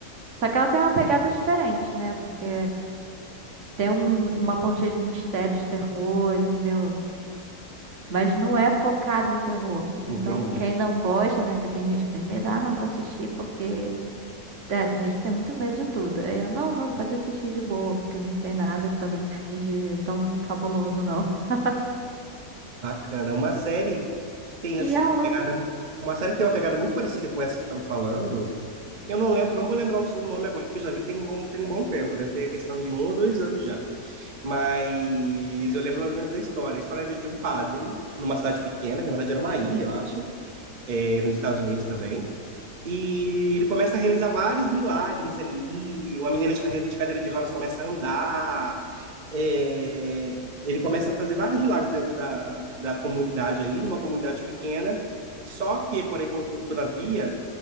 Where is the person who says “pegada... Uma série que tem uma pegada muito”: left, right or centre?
Right